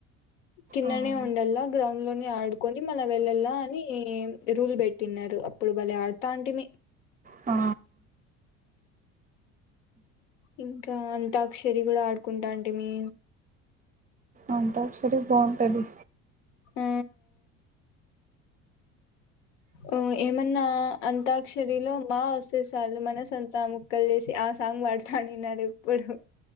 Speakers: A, on the left; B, on the right.
A: కిందనే
B: అవును
A: ఉండల గ్రౌండ్ లోని ఆడుకొని మళ వెళ్ళలా అని రూల్ పెట్టిన్నారు అప్పుడు భలే అడతాంటిమి
B: ఆ
A: ఇంకా అంతాక్షరి కూడా ఆడుకుంటవుంటిమి
B: అంతాక్షరి బాగుంటది
A: హ ఆ ఏమన్నా అంతాక్షరిలో మా వసే చాలు మనసుంతా ముక్కలు చేసి ఆ సాంగ్ పాడుతానున్నారు ఇప్పుడు